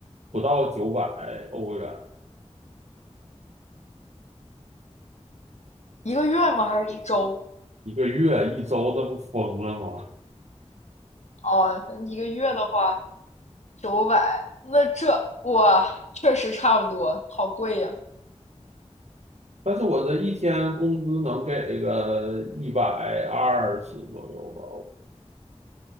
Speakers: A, on the right; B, on the left.
A: 不到九百欧元，
B: 一个月吗？还是一周？
A: 一个月一周，那不疯了吗？
B: 哦，一个月的话。九百，那这哇，确实差不多，好贵呀、
A: 但是我这一天工资能给个一百二十左右吧，